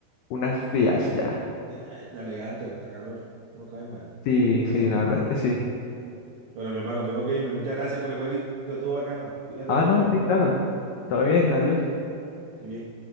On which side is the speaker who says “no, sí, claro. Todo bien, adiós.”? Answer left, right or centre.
Left